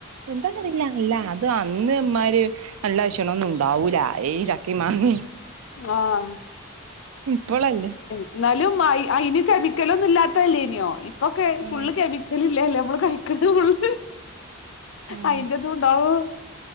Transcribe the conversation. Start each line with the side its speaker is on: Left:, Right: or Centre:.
Right: എന്താണതില്ല എല്ല അത് അന്ന്മ്മാര് നല്ല ഷണൊന്നുണ്ടാവൂലാ ഏയ് ക്കി മാങ്ങി
Left: ആഹ്
Right: പ്പളല്ലേ
Left: ന്നാലും അയ് അയ്ന് കെമിക്കലൊന്നുല്ലാത്തേല്ലേന്യോ. ഇപ്പൊക്കെ
Right: ഉം
Left: ഫുള്ള് കെമി ക്കലില്ലേല്ലേ അമ്മള് കയിക്ക്ണേ ഫുള്ള്
Right: ഉം
Left: അയിന്റതുണ്ടാവൂ